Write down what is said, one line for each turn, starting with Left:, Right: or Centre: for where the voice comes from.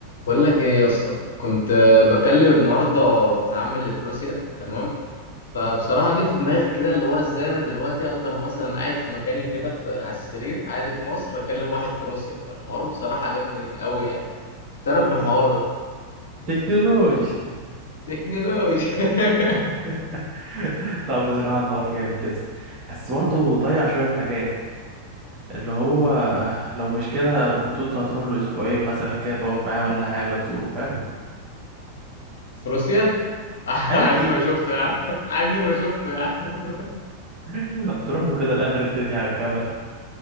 Left: بقول لك ايه يا اسطى كنت آه، بكلم النهارده ابن عمي اللي في روسيا تمام فبصراحه جه في دماغي كده اللي هو ازاي انا دلوقتي اقدر مثلا قاعد في مكاني كده في على السرير قاعد في مصر اكلم واحد في روسيا فالحوار بصراحه عجبني قوي يعني تعرف
Right: مم.
Left: في الحوار ده
Right: تكنولوجيا
Left: تكنولوجيا <laughs>
Right: <laughs> لا بصراحة الحوار جامد يا اسطى بس برضه ضيع شوية حاجات اللي هو لو مش كده كنت انت هتروح له اسبوعين مثلا كده تقعد معاه ولا حاجة تزوره فاهم
Left: في روسيا <laughs>
Right: عادي
Left: عني ما شفته يا عم عني ما شفته يا عم <laughs>
Right: <laughs> تروح له كده لاخر الدنيا على الجمل